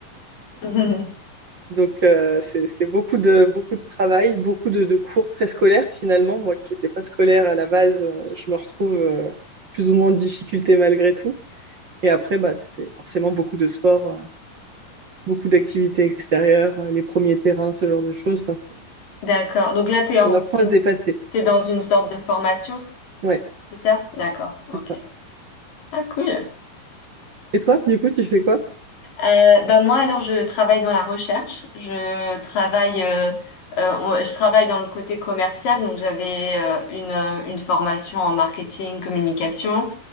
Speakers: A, on the left (about 75°); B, on the right (about 45°).
A: <laughs>
B: Donc, euh, c'est c'est beaucoup de, beaucoup de travail, beaucoup de, de cours très scolaires finalement. Moi qui n'étais pas scolaire à la base, euh, je me retrouve euh, plus ou moins en difficulté malgré tout. Et après, bah, c'est forcément beaucoup de sport, euh, beaucoup d'activités extérieures, euh, les premiers terrains, ce genre de choses. Enfin, c'est-
A: D'accord. Donc là, t'es en,
B: on apprend
A: f- une-
B: à se dépasser.
A: t'es dans une sorte de formation,
B: Ouais,
A: c'est ça? D'accord. Ok.
B: c'est ça.
A: Ah, cool.
B: Et toi, du coup, tu fais quoi?
A: Euh, bah moi, alors, je travaille dans la recherche. Je travaille, euh, euh, on- je travaille dans le côté commercial. Donc, j'avais euh, une, euh, une formation en marketing, communication.